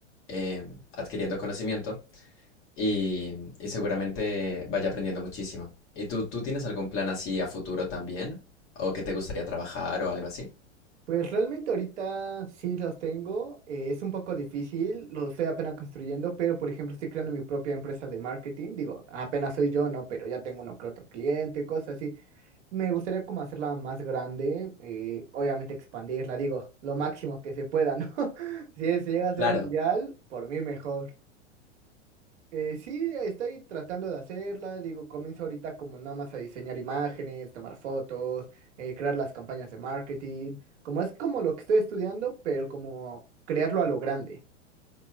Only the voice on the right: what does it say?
Pues realmente ahorita sí los tengo, eh, es un poco difícil, lo estoy apenas construyendo, pero por ejemplo estoy creando mi propia empresa de marketing, digo, apenas soy yo, ¿no? Pero ya tengo uno que otro cliente, cosas así. Me gustaría como hacerla más grande, eh, obviamente expandirla, digo, lo máximo que se pueda, ¿no? <laughs> Si se llega a
ser mundial, por mí mejor. Eh, sí, estoy tratando de hacerla, digo, comienzo ahorita como nada más a diseñar imágenes, tomar fotos, eh, crear las campañas de marketing, como es como lo que estoy estudiando, pero como crearlo a lo grande.